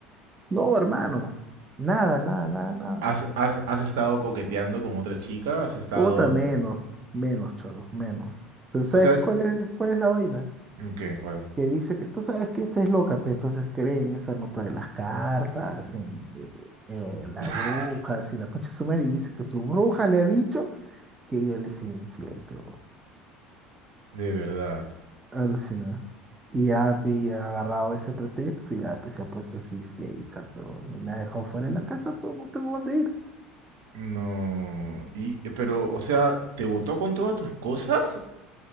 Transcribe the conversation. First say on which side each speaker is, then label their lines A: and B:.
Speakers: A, on the right; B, on the right.
A: No, hermano. Nada, nada, nada, nada.
B: ¿Has, has, has estado coqueteando con otra chica? ¿Has estado...?
A: Puta, menos, menos, cholo, menos. ¿Pero sabes
B: O sea, es...
A: cuál es, cuál es la vaina?
B: ¿Qué? ¿Cuál?
A: Que dice que tú sabes que esta es loca, pero entonces cree en esa nota de las cartas, en eh, eh, las
B: <laughs>
A: brujas y la concha de su madre, y dice que su bruja le ha dicho que ella le soy infiel, pero
B: De verdad.
A: alucina. Y Api ha agarrado ese pretexto y Api se ha puesto así histérica, pero ni me ha dejado fuera de la casa, pero no tengo dónde ir.
B: No. Y, pero, o sea, te votó con todas tus cosas,